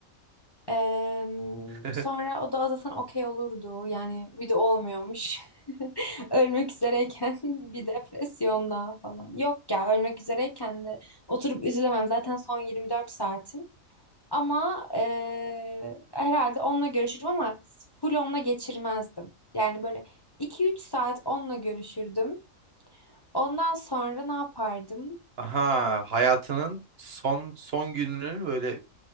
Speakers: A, on the left; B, on the right.
A: Em,
B: <laughs>
A: sonra o da zaten okey olurdu. Yani bir de olmuyormuş. <laughs> Ölmek üzereyken <laughs> bir depresyon daha falan. Yok ya ölmek üzereyken de oturup üzülemem. Zaten son 24 saatim. Ama e, herhalde onunla görüşürüm ama full onunla geçirmezdim. Yani böyle iki üç saat onunla görüşürdüm. Ondan sonra ne yapardım?
B: Aha hayatının son son gününün böyle